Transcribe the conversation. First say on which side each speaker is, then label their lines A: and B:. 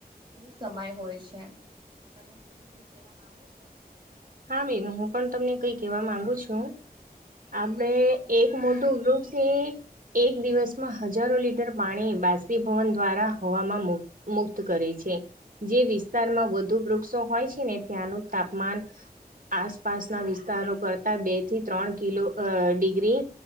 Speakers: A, on the right; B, on the right.
A: પેલું સમય હોય છે. તમે બીજું કઈ કેવા માંગો છો?
B: હા બેન હું પણ તમને કઈ કેવા માંગુ છું. આપણે એક મોટું વૃક્ષ એ એક દિવસમાં હજારો લીટર પાણી બાષ્પીભવન દ્વારા હવામાં મુક મુક્ત કરે છે. જે વિસ્તારમાં વધુ વૃક્ષો હોય છે ને ત્યાંનું તાપમાન આસપાસના વિસ્તારો કરતા બે થી ત્રણ કિલો અ ડિગ્રી